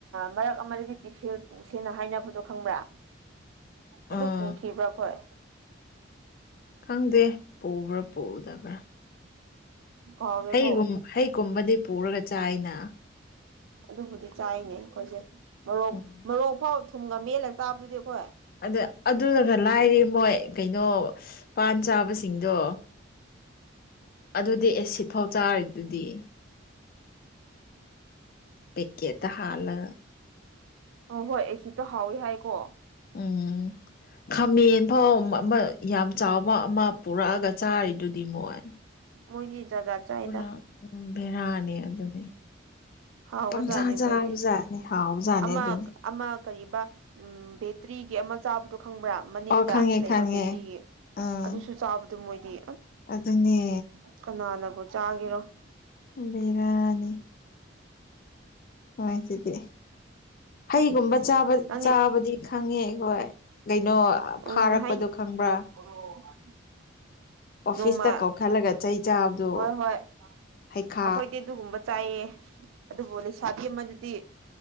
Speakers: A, on the right; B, on the left.
A: ꯃꯔꯛ ꯑꯥ ꯑꯃꯗꯗꯤ ꯇꯤꯐꯜ ꯄꯨ ꯄꯨꯁꯦꯅ ꯍꯥꯏꯅꯕꯗꯣ ꯈꯪꯕ꯭ꯔꯥ ꯑꯗꯨ
B: ꯎꯝ
A: ꯄꯨꯈꯤꯕ꯭ꯔꯥ ꯑꯈꯣꯏ
B: ꯈꯪꯗꯦ ꯄꯨꯕ꯭ꯔꯥ ꯄꯨꯗꯕ꯭ꯔꯥ
A: ꯀꯥꯎꯔꯦꯀꯣ
B: ꯍꯩꯒꯨꯝ ꯍꯩꯒꯨꯝꯕꯗꯤ ꯄꯨꯔꯒ ꯆꯥꯏꯅ
A: ꯑꯗꯨꯕꯨꯗꯤ ꯆꯥꯏꯅꯦ ꯑꯩꯈꯣꯏꯁꯦ ꯃꫭꯔꯣꯛ
B: ꯎꯝ
A: ꯃꫭꯔꯣꯛ ꯐꯥꯎ ꯊꯨꯝꯒ ꯃꯦꯜꯂ ꯆꯥꯕꯗꯨꯗꯤ ꯑꯩꯈꯣꯏ
B: ꯑꯗ ꯑꯗꯨꯅ ꯈꯔ ꯂꯥꯏꯔꯦ ꯃꯣꯏ ꯀꯩꯅꯣ ꯄꯥꯟ ꯆꯥꯕꯁꯤꯡꯗꯣ ꯑꯗꯨꯗꯤ ꯑꯦꯁꯤꯠ ꯐꯥꯎ ꯆꯥꯔꯤꯗꯨꯗꯤ ꯄ‌ꯦꯀꯦꯠꯇ ꯍꯥꯜꯂꯒ
A: ꯑꫭ ꯍꯣꯏ ꯑ‌ꯦꯁꯤꯠꯇꫭ ꯍꯥꯎꯋꯤ ꯍꯥꯏꯀꯣ
B: ꯎꯝ ꯈꯥꯃꯦꯟ ꯐꯥꯎ ꯑꯃ ꯌꯥꯝ ꯆꯥꯎꯕ ꯑꯃ ꯄꯨꯔꯛꯑꯒ ꯆꯥꯔꯤꯗꯨꯗꯤ ꯃꯣꯏ
A: ꯃꯣꯏꯗꯤ ꯆꯥꯛ ꯖꯥꯠ ꯖꯥꯠ ꯆꯥꯏꯗ
B: ꯄꯨꯔꯥ ꯎꯝ ꯚꯦꯔꯥꯅꯤ ꯑꯗꯨꯗꯤ
A: ꯍꯥꯎꯕꯖꯥꯠꯅꯦ
B: ꯄꯪꯆꯥ ꯆꯕꯖꯥꯠꯅꯤ
A: ꯃꯣꯏꯗꯤ
B: ꯍꯥꯎꯖꯥꯠꯅꯤ
A: ꯑꯃ
B: ꯑꯗꯨꯅꯤ
A: ꯑꯃ ꯀꯔꯤꯕ ꯎꯝ ꯕꯦꯇ꯭ꯔꯤꯒꯤ ꯑꯃ ꯆꯥꯕꯗꯣ ꯈꯪꯕ꯭ꯔꯥ ꯃꯅꯤꯡꯗ
B: ꯑꯣ ꯈꯪꯉꯦ
A: ꯂꯩꯕ
B: ꯈꯪꯉꯦ
A: ꯕꯦꯇꯤꯒꯤ
B: ꯑꯥ
A: ꯑꯗꯨꯁꯨ ꯆꯥꯕꯗꯨ ꯃꯣꯏꯗꯤ
B: ꯑꯗꯨꯅꯦ
A: ꯀꯅꯥꯅꯕꯨ ꯆꯥꯒꯤꯔꯣ
B: ꯕꯤꯔꯥꯅꯤ ꯃꯣꯏꯖꯤꯗꯤ ꯍꯩꯒꯨꯝꯕ
A: ꯅꯪꯗꯤ
B: ꯆꯥꯕꯗꯤ ꯈꯪꯉꯦ ꯍꯣꯏ ꯀꯩꯅꯣ
A: ꯎꯝ
B: ꯐꯥꯔꯛꯄꯗꯣ
A: ꯍꯩ
B: ꯈꯪꯕ꯭ꯔꯥ
A: <unintelligible>
B: ꯑꯣꯐꯤꯁꯇꯥ
A: ꯅꯣꯡꯃ
B: ꯀꯧꯈꯠꯂꯒ ꯆꯩ ꯆꯥꯕꯗꯣ
A: ꯍꯣꯏ ꯍꯣꯏ
B: ꯍꯩꯈꯥ
A: ꯑꯩꯈꯣꯏꯗꯤ ꯑꯗꯨꯒꯨꯝꯕ ꯆꯥꯏꯌꯦ ꯑꯗꯨꯕꯨ ꯂꯩꯁꯥꯕꯤ ꯑꯃꯗꯨꯗꯤ